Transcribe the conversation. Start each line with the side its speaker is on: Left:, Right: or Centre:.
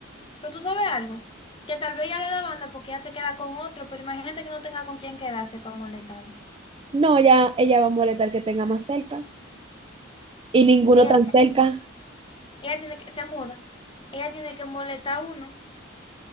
Left: Pero tú sabes algo, que tal vez ya le da banda porque ya te queda con otro, pero imagínate que no tenga con quién quedarse para molestarlo.
Right: No, ya ella va a molestar que tenga más cerca y ninguno
Left: Ella,
Right: tan
Left: ella,
Right: cerca.
Left: ella tiene que, se muda, ella tiene que molestar a uno.